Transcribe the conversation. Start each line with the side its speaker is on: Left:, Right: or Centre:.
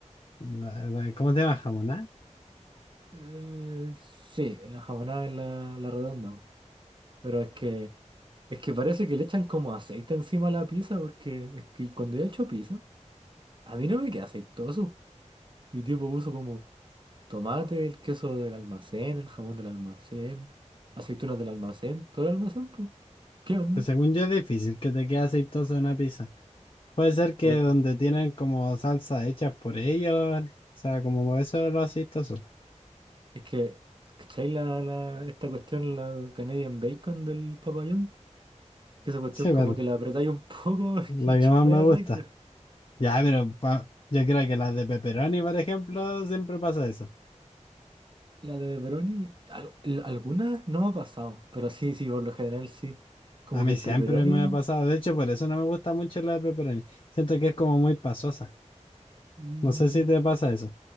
Left: la- la- ¿cómo se llama? ¿Jamón? ¿ah?
Right: Eh, sí, la jamonada es la, la redonda, po. Pero es que, es que parece que le echan como aceite encima a la pizza, porque es que cuando yo he hecho pizza, a mí no me queda aceitoso. Y tipo uso como. Tomate, el queso del almacén, el jamón del almacén, aceitunas del almacén, todo el almacén, pues, ¿qué onda?
Left: Que según yo es difícil que te quede aceitosa una pizza. Puede ser que
Right: Pero
Left: donde tienen como salsa hecha por ellos, o sea, como eso es lo aceitoso. <laughs>
Right: es que, ¿cachai la, la- esta cuestión, la Canadian Bacon del Papa John's? Que esa cuestión
Left: Sí,
Right: como
Left: pero
Right: que la apretáis un poco <laughs>
Left: la
Right: y
Left: que
Right: chorrea
Left: más me gusta.
Right: aceite.
Left: Ya, pero pa- yo creo que las de pepperoni, por ejemplo, siempre pasa eso.
Right: La de pepperoni, al- l- algunas no me ha pasado, pero sí, sí, por lo general sí. Como
Left: A mí
Right: que el
Left: siempre
Right: pepperoni,
Left: me ha pasado. De hecho, por eso no me gusta mucho la de pepperoni. Siento que es como muy pasosa.
Right: mm,
Left: No sé si te pasa eso.